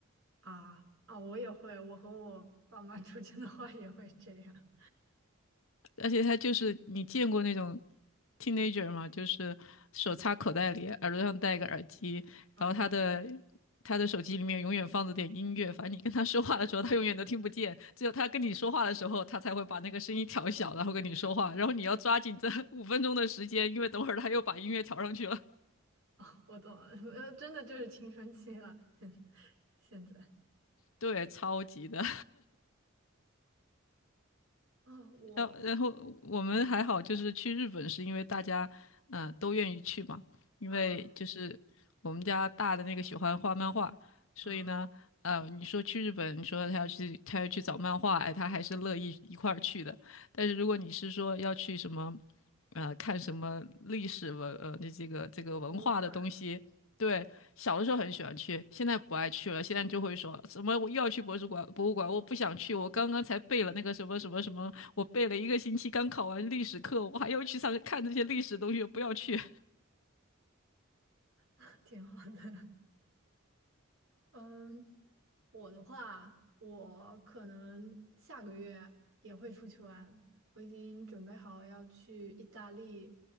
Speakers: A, on the right (about 70°); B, on the left (about 70°).
A: 啊啊！我也会，我和我爸妈出去的话也会这样。
B: 而且他就是你见过那种 teenager 吗？就是手插口袋里，耳朵上戴一个耳机，
A: 嗯。
B: 然后他的他的手机里面永远放着点音乐，反正你跟他说话的时候他永远都听不见，只有他跟你说话的时候他才会把那个声音调小，然后跟你说话，然后你要抓紧这五分钟的时间，因为等会儿他又把音乐调上去了，
A: <laughs> 哦，我懂了，呃，真的就是青春期了，现现在
B: <laughs> 对，超级的。
A: 啊，我
B: 然后然后我们还好，就是去日本是因为大家呃都愿意去嘛，因为就是我们家大的那个喜欢画漫画，
A: 啊
B: 所以呢，
A: 啊，
B: 呃，你说去日本，你说他要去他要去找漫画，哎，他还是乐意一块儿去的。但是如果你是说要去什么，呃，看什么历史文呃这这个这个文化的东西，
A: 博物馆
B: 对，小的时候很喜欢去，现在不爱去了。现在就会说什么我又要去博物馆，博物馆我不想去，我刚刚才背了那个什么什么什么，我背了一个星期，刚考完历史课，我还要去上看这些历史的东西，我不要去。
A: <laughs> 挺好的。嗯，我的话，我可能下个月也会出去玩，我已经准备好要去意大利，